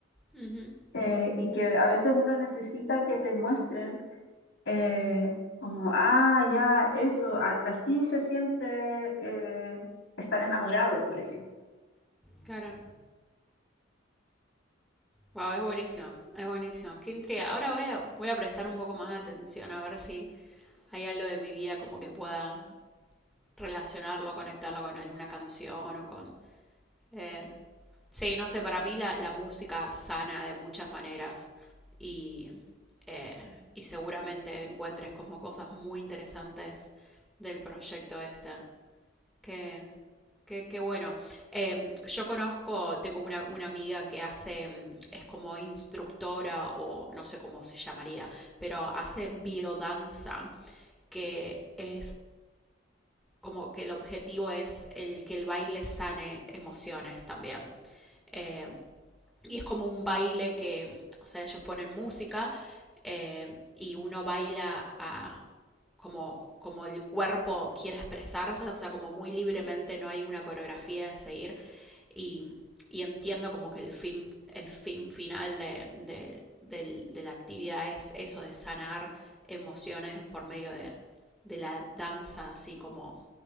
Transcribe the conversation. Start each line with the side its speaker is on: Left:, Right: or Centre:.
Centre: Ujú,
Left: eh, y que a veces uno necesita que te muestren eh, como, ah, ya, eso, a- así se siente eh, estar enamorado, por ejemplo.
Centre: Claro. Wow, es buenísimo, es buenísimo. Qué intriga. Ahora voy a, voy a prestar un poco más de atención a ver si hay algo de mi vida como que pueda relacionarlo, conectarlo con alguna canción o con... eh, Sí, no sé, para mí la, la música sana de muchas maneras y, eh, y seguramente encuentres como cosas muy interesantes del proyecto este. Qué, Qué, qué bueno. Em, yo conozco, tengo una, una amiga que hace, em, es como instructora o no sé cómo se llamaría, pero hace biodanza, que es como que el objetivo es el que el baile sane emociones también. Em, y es como un baile que, o sea, ellos ponen música eh, y uno baila a, como, como el cuerpo quiere expresarse, o sea, como muy libremente, no hay una coreografía de seguir. Y, y entiendo como que el fin, el fin final de, de, de, de la actividad es eso, de sanar emociones por medio de, de la danza así como